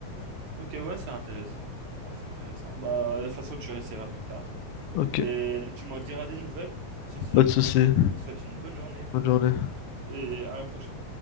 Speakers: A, on the right; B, on the left.
A: Ok, ouais, c'est intéressant. Ouais, c'est intéressant. Bah, de toute façon, tu réessayeras plus tard.
B: Ok,
A: Et tu m'en diras des nouvelles. Sur ce,
B: pas de souci.
A: moi, je te souhaite une bonne journée
B: Bonne journée.
A: et à la prochaine.